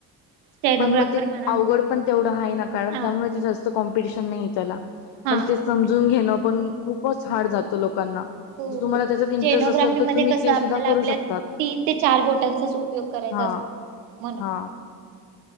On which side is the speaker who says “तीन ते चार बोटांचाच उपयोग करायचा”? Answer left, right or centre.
Right